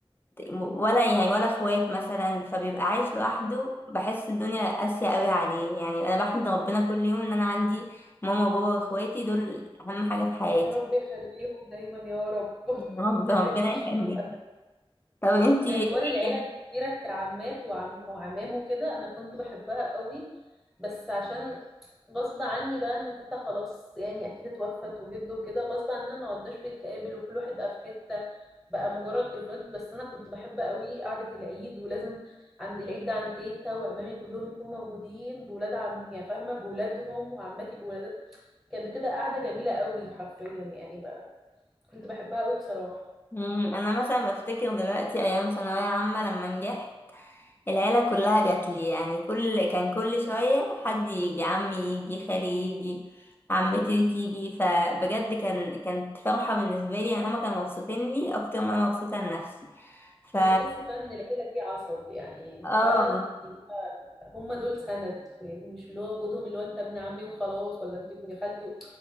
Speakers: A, on the left; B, in the centre.
A: ولا يعني ولا اخوات مثلا فبيبقى عايش لوحده بحس الدنيا قاسية قوي عليه يعني أنا بحمد ربنا كل يوم إن أنا عندي ماما وبابا وإخواتي دول أهم حاجة في حياتي
B: يا رب يخليهم دايما يا رب <laughs>
A: يا رب
B: ما
A: ربنا
B: يحرمكيش
A: يخليك
B: منهم ابدا
A: طب انتي
B: يعني حوار
A: ايه
B: العيله الكبيره كعمات وعم وعمام وكده انا كنت بحبها قوي بس عشان غصب عني بقى ان تيتا خلاص يعني اكيد اتوفت وجده كده غصب عننا ما عدناش بنتقابل وكل واحد بقى في حته بقى مجرد تليفونات بس انا كنت بحب قوي قعده العيد ولازم عند العيد ده عند تيتا وعمامي كلهم يكونوا موجودين بولاد عم يعني فاهمه بولادهم وعماتي بولادات كانت بتبقى قاعده جميله قوي حرفيا يعني كنت بحبها قوي بصراحة
A: مم، انا مثلا بفتكر دلوقتي ايام ثانويه عامه لما نجحت العيلة كلها جات لي يعني كل كان كل شوية حد يجي عمي يجي خالي يجي عمتي تيجي فبجد كان كانت فرحة بالنسبة لي يعني هما كانوا مبسوطين لي أكتر ما أنا مبسوطة لنفسي ف
B: أنا بحس فعلا إن العيلة دي عصب يعني
A: اه
B: فعلا هم دول سند يعني مش اللي هو وجودهم اللي هو أنت ابن عمي وخلاص ولا أنت ابن خالتي و...